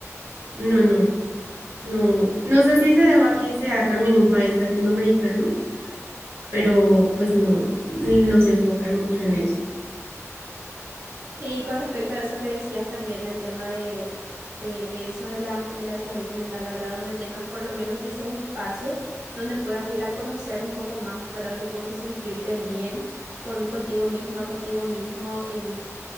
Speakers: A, on the right; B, on the right.
A: no, no, no. No sé si se deba a que sea también un país latinoamericano, pero pues no, no se enfocan mucho en eso.
B: Sí, con respecto a eso que decías también, el tema de, de, de eso de la, de la salud mental, ¿verdad? Donde tengas por lo menos ese espacio donde puedas ir a conocer un poco más, ¿verdad? De cómo sentirte bien con, contigo misma, contigo mismo en,